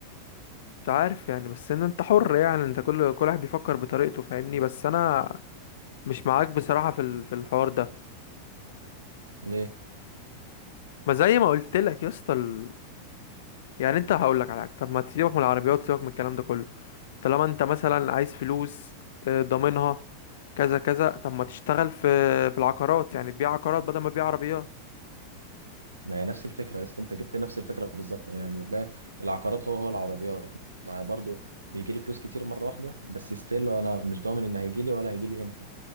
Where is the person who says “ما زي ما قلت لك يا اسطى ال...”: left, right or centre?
Left